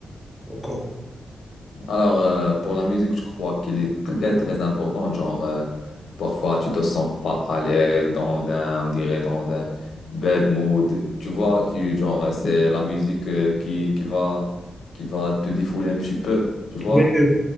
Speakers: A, in the centre; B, on the left.
A: encore?
B: Alors, euh, pour la musique, je crois qu'il est très, très important. Genre, euh, parfois, tu te sens pas à l'aise dans un, on dirait, dans un bad mood. Tu vois, tu, genre, euh, c'est la musique euh, qui, qui va, qui va te défouler un petit peu. Tu vois?
A: Oui, oui,